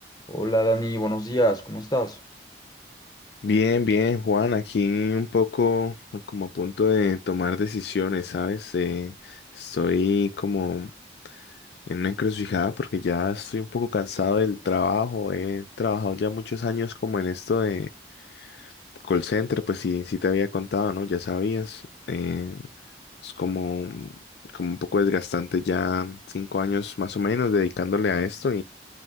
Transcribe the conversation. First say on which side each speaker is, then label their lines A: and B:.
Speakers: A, on the left; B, on the left.
A: Hola Dani, buenos días, ¿cómo estás?
B: Bien, bien, Juan, aquí un poco como a punto de tomar decisiones, ¿sabes? Eh, estoy como en una encrucijada porque ya estoy un poco cansado del trabajo. He trabajado ya muchos años como en esto de call center, pues sí, sí te había contado, ¿no? Ya sabías. eh, es como, como un poco desgastante ya cinco años más o menos dedicándole a esto